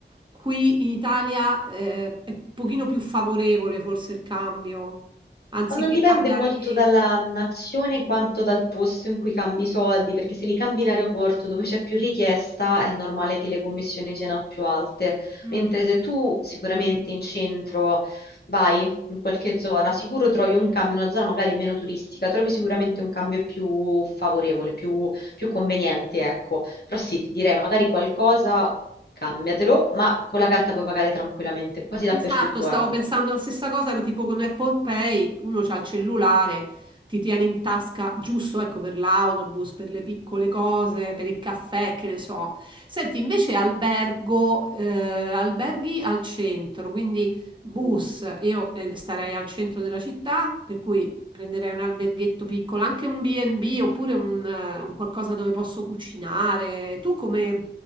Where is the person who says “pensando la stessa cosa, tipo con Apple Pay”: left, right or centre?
Right